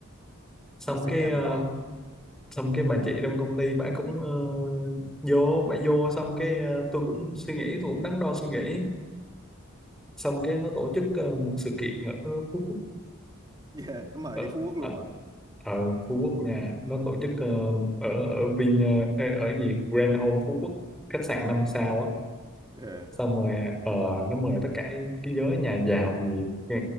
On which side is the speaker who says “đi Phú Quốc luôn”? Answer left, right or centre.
Right